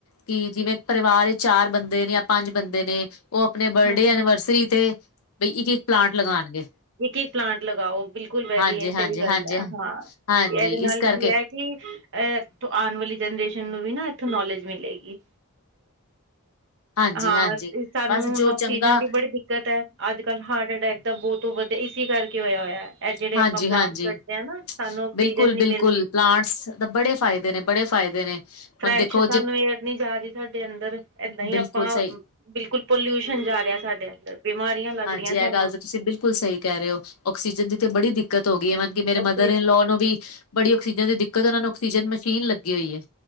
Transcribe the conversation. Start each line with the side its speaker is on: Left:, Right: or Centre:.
Left: ਕਿ ਜਿਵੇਂ ਪਰਿਵਾਰ ਚਾਰ ਬੰਦੇ ਨੇ ਜਾਂ ਪੰਜ ਬੰਦੇ ਨੇ, ਉਹ ਆਪਣੇ ਬਰਡੇ
Right: ਹਾਂ
Left: ਐਨੀਵਰਸਰੀ ਤੇ ਬਈ ਇੱਕ ਇੱਕ ਪਲਾਂਟ ਲਗਾਉਣਗੇ।
Right: ਇੱਕ ਇੱਕ ਪਲਾਂਟ ਲਗਾਓ, ਬਿਲਕੁਲ ਵੈਰੀ
Left: ਹਾਂਜੀ-ਹਾਂਜੀ।
Right: ਸਹੀ ਗੱਲ ਹੈ ਹਾਂ
Left: ਹਾਂਜੀ-ਹਾਂਜੀ
Right: ਇਹਦੇ ਨਾਲ
Left: ਇਸ
Right: ਕੀ
Left: ਕਰਕੇ
Right: ਹੈ। ਅ ਆਉਣ ਵਾਲੀ ਜਨਰੇਸ਼ਨ ਨੂੰ ਵੀ ਨਾ ਇੱਥੋਂ ਨੌਲੇਜ ਮਿਲੇਗੀ।
Left: <unintelligible> ਹਾਂਜੀ-ਹਾਂਜੀ
Right: ਹਾਂ ਤੇ ਸਾਨੂੰ
Left: ਬਸ ਜੋ
Right: ਹੁਣ ਆਕਸੀਜਨ
Left: ਚੰਗਾ
Right: ਦੀ ਬੜੀ ਦਿੱਕਤ ਹੈ, ਅੱਜ ਕੱਲ੍ਹ ਹਾਰਟ ਅਟੈਕ ਦਾ ਬਹੁਤ ਵਧੀਆ ਇਸ ਕਰਕੇ ਹੋਇਆ ਹੋਇਆ। ਜਿਹੜੇ
Left: ਹਾਂਜੀ-ਹਾਂਜੀ।
Right: ਆਪਾਂ ਪਲਾਂਟ ਕੱਢਦੇ ਹ ਨਾ ਸਾਨੂੰ ਆਕਸੀਜਨ
Left: ਬਿਲਕੁਲ-ਬਿਲਕੁਲ
Right: ਨੀ ਮਿਲਦੀ।
Left: ਪਲਾਂਟਸ ਬੜੇ ਫਾਇਦੇ ਨੇ ਬੜੇ ਫਾਇਦੇ ਨੇ,
Right: ਫਰੈਸ਼
Left: ਹੁਣ ਦੇਖੋ
Right: ਸਾਨੂੰ
Left: ਜੇ
Right: ਏਰ ਨੀ ਜਾ ਰਹੀ ਸਾਡੇ ਅੰਦਰ ਏਦਾਂ ਹੀ
Left: ਬਿਲਕੁਲ
Right: ਆਪਾਂ
Left: ਸਹੀ
Right: ਬਿਲਕੁਲ ਪੋਲਿਊਸ਼ਨ ਜਾ ਰਿਹਾ ਸਾਡੇ ਅੰਦਰ ਬਿਮਾਰੀਆਂ ਲੱਗ
Left: ਹਾਂਜੀ
Right: ਰਹੀਆਂ
Left: ਇਹ
Right: ਸਾਨੂੰ
Left: ਗੱਲ ਤਾਂ ਤੁਸੀਂ ਬਿਲਕੁਲ ਸਹੀ ਕਹਿ ਰਹੇ ਹੋ ਆਕਸੀਜਨ ਦੀ ਤੇ ਬੜੀ ਦਿੱਕਤ ਹੋ ਗਈ ਏਵਨ ਕਿ ਮੇਰੇ
Right: ਆਕਸੀਜਨ
Left: ਮਦਰ ਇਨਲੋ ਨੂੰ ਵੀ, ਬੜੀ ਆਕਸੀਜਨ ਦੀ ਦਿੱਕਤ ਉਹਨਾਂ ਨੂੰ ਆਕਸੀਜਨ ਮਸ਼ੀਨ ਲੱਗੀ ਹੋਈ ਹੈ।